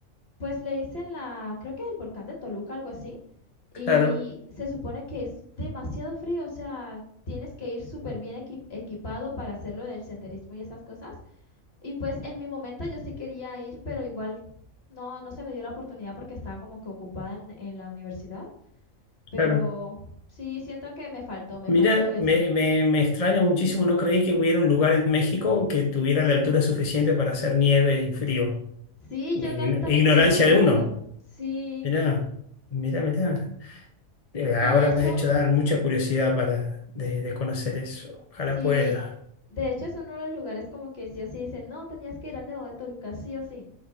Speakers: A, on the left (about 50°); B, on the left (about 30°).
A: pues le dicen la, creo que es el volcán de Toluca, algo así.
B: Claro,
A: Y se supone que es demasiado frío, o sea, tienes que ir súper bien equi- equipado para hacerlo del senderismo y esas cosas. Y pues en mi momento yo sí quería ir, pero igual no, no se me dio la oportunidad porque estaba como que ocupada en, en la universidad. Pero
B: claro.
A: sí siento que me faltó, me
B: Mira,
A: faltó eso.
B: me, me, me extraña muchísimo, no creí que hubiera un lugar en México que tuviera la altura suficiente para hacer nieve y frío.
A: Sí,
B: Ign-
A: yo cam- también
B: Ignorancia
A: quedé sorprendida.
B: de uno.
A: Sí,
B: Mirá, mirá, mirá. Eh, Ahora
A: y de hecho,
B: me has hecho dar mucha curiosidad para de, de conocer eso. Ojalá
A: sí,
B: pueda.
A: de hecho es uno de los lugares como que sí o sí dicen, no, tenías que ir al Nevado de Toluca, sí o sí.